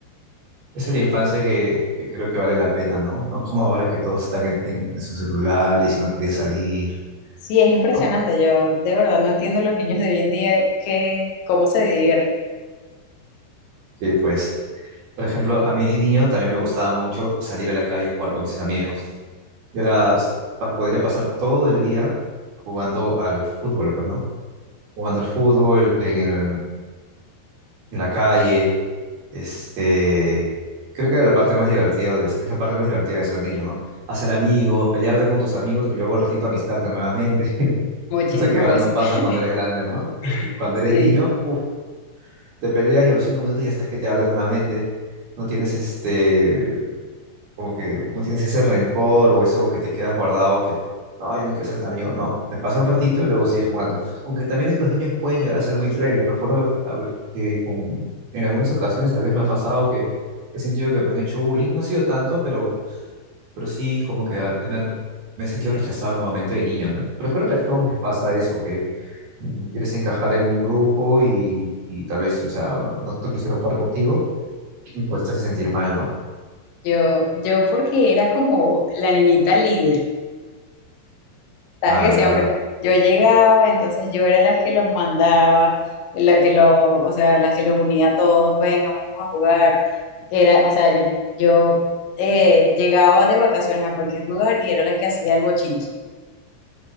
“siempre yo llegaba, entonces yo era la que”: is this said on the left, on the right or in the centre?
Left